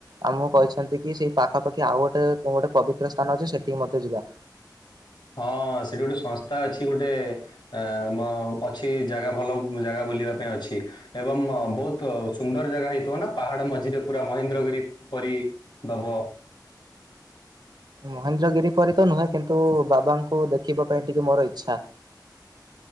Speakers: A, on the right (about 70°); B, on the left (about 85°).
A: ଆଉ ମୁଁ କହିଛନ୍ତି କି ସେଇ ପାଖାପାଖି ଆଉ ଗୋଟେ ଗୋଟେ ପବିତ୍ର ସ୍ଥାନ ଅଛି ସେଠିକି ମଧ୍ୟ ଯିବା।
B: ହଁ ସେଠି ଗୋଟେ ସଂସ୍ଥା ଅଛି ଗୋଟେ ଆ ମ ଅଛି ଜାଗା ଭଲ ଜାଗା ବୁଲିବା ପାଇଁ ଅଛି। ଏବଂ ବୋହୁତ ସୁନ୍ଦର ଜାଗା ହେଇଥିବ ନା ପାହାଡ ମଝିରେ ପୁରା ମହେନ୍ଦ୍ରଗିରି ପରି ଦବ।
A: ମହେନ୍ଦ୍ରଗିରି ପରି ତ ନୁହେଁ, କିନ୍ତୁ ବାବାଙ୍କୁ ଦେଖିବା ପାଇଁ ଟିକେ ମୋର ଇଚ୍ଛା।